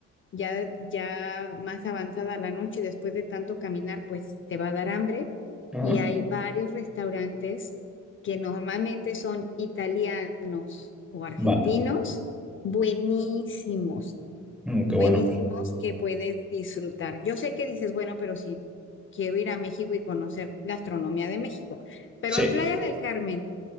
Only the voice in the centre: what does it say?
Ajá.
Vale.
Mm,
qué bueno.
Sí,